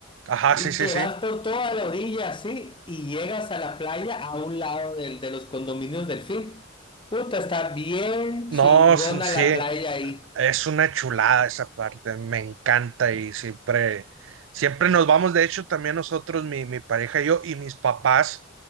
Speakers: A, on the right; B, on the left.
A: Ajá,
B: y
A: sí, sí,
B: te
A: sí.
B: vas por toda la orilla, así, y llegas a la playa a un lado del- de los condominios del Fin. Puta, está bien chingona
A: No, son- sí,
B: la playa ahí.
A: Es una chulada esa parte, me encanta y siempre, siempre nos vamos, de hecho también nosotros, mi, mi pareja y yo y mis papás,